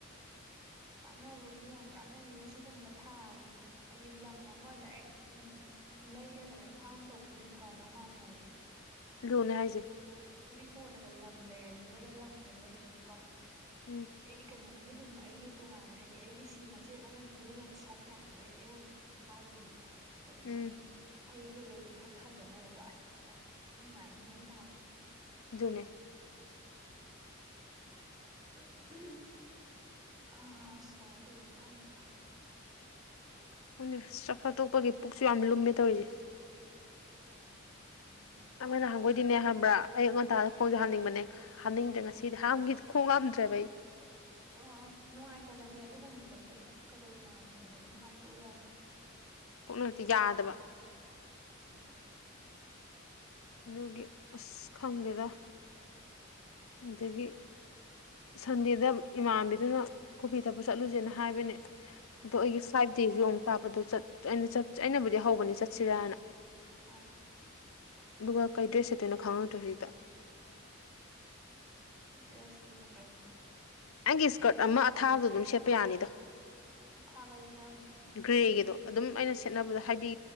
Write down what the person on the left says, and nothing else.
ꯂꯨꯅꯦ ꯍꯥꯏꯖꯦ
ꯎꯝ
ꯎꯝ
ꯑꯗꯨꯅꯦ
ꯈꯪꯗꯦ ꯆꯥꯛ ꯆꯥ ꯇꯣꯛꯄꯒꯤ ꯄꯨꯛꯁꯨ ꯌꯥꯝ ꯂꯨꯝꯃꯦ ꯇꯧꯔꯤꯖꯦ
ꯑꯃ ꯅꯍꯥꯟ ꯒꯣꯏꯗꯤꯅꯦ ꯈꯪꯕ꯭ꯔꯥ ꯑꯌꯨꯛ ꯉꯟꯇꯥꯗ ꯈꯣꯡꯖꯦ ꯍꯥꯥꯝꯅꯤꯡꯕꯅꯦ ꯍꯥꯝꯅꯤꯡꯗ꯭ꯔꯦ
ꯉꯁꯤꯗꯤ ꯍꯥꯝꯒꯤ ꯈꯣꯡ ꯍꯥꯝꯗ꯭ꯔꯦꯕ ꯑꯩ
ꯄꯨꯛ ꯅꯠꯇꯦ ꯌꯥꯗꯕ
ꯑꯗꯩꯒꯤ ꯑꯁ ꯈꯪꯗꯦꯗ ꯑꯗꯒꯤ ꯁꯟꯗꯦꯗ ꯏꯃꯥꯟꯕꯤꯗꯨꯅ ꯀꯣꯐꯤ ꯊꯛꯄ ꯆꯠꯂꯨꯖꯦꯅ ꯍꯥꯏꯕꯅꯦ ꯑꯗꯣ
ꯑꯩꯒꯤ ꯐꯥꯏꯚ ꯗꯦꯖꯨ ꯑꯃꯨꯛ ꯇꯥꯞꯄꯗꯣ ꯆꯠ ꯑꯩꯅ ꯑꯩꯅꯕꯨꯗꯤ ꯍꯧꯕꯅꯤ ꯆꯠꯁꯤꯔꯥꯅ
ꯑꯗꯨꯒ ꯀꯩ ꯗ꯭ꯔꯦꯁ ꯆꯦꯠꯇꯣꯏꯅꯣ <unintelligible>
ꯑꯩꯒꯤ ꯁꯀꯔꯠ ꯑꯃ ꯑꯊꯥꯕꯗꯣ ꯑꯗꯨꯝ ꯁꯦꯠꯄ ꯌꯥꯅꯤꯗ
ꯒ꯭ꯔꯦꯒꯤꯗꯣ ꯑꯗꯨꯝ ꯑꯩꯅ ꯁꯦꯠꯅꯕꯗꯣ ꯍꯥꯏꯗꯤ